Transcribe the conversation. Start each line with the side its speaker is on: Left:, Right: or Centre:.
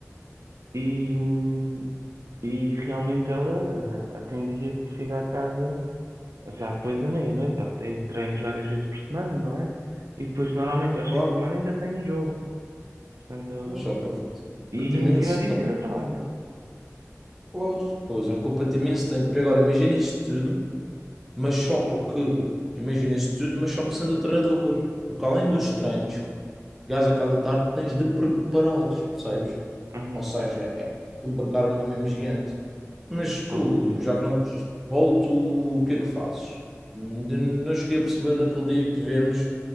Right: E, hum, e realmente ela eh, tem dias que chega a casa já depois da meia-noite. Ela tem treinos várias vezes por semana, não é? E depois normalmente aos
Centre: Claro,
Right: fins de semana ainda tem um jogo. Portanto,
Centre: só para
Right: e
Centre: imenso
Right: em cima disso ainda trabalha.
Centre: Claro, pois, ocupa-te imenso tempo. E agora, imagina isto tudo, mas só que, imagina isto tudo, mas só que sendo o treinador. Porque além
Right: Pois.
Centre: dos treinos, que chegares a cada tarde, tens de prepará-los, percebes?
Right: Aham.
Centre: Ou seja, é sobrecarga mesmo gigante. Mas tu,
Right: Ok.
Centre: já que não gostas de futebol, tu, o que é que fazes? De- Não cheguei a perceber naquele dia que tivemos,